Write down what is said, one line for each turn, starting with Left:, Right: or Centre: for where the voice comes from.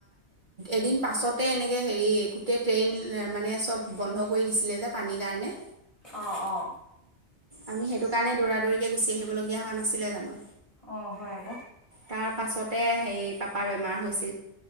Right: এদিন পাছতে এনেকে হেৰি গোটেই ট্ৰেইন মানে চব বন্ধ কৰি দিছিলে যে পানীৰ কাৰণে
Left: অ অ
Right: আমি সেইটো কাৰণে দৌৰা দৌৰিকে গুচি আহিবলগীয়া হোৱা নাছিলে জানো
Left: অ হয় আকৌ
Right: তাৰ পাছতে সেই পাপাৰ বেমাৰ হৈছে